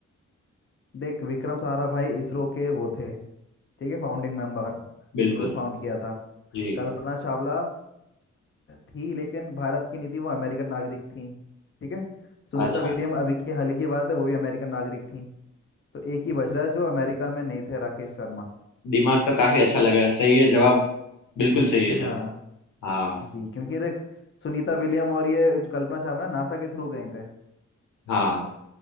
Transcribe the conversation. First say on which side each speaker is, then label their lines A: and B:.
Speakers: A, on the left; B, on the left.
A: देख विक्रम साराभाई इसरो के वो थे ठीक है फाउंडिंग मेंबर
B: बिल्कुल
A: उन्होंने फाउंड किया था
B: जी
A: कल्पना चावला थी लेकिन भारत की नहीं थी वो अमेरिकन नागरिक थी ठीक है सुनीता
B: अच्छा
A: विलियम अभी की हाल ही की बात है वो भी अमेरिकन नागरिक थी तो एक ही बच रहा है जो अमेरिका में नहीं थे राकेश शर्मा
B: दिमाग तो काफी अच्छा लगा है सही है जवाब बिल्कुल सही है जवाब
A: हाँ
B: हाँ
A: जी क्योंकि देख सुनीता विलियम और ये जो कल्पना चावला नासा के थ्रू गए थे
B: हाँ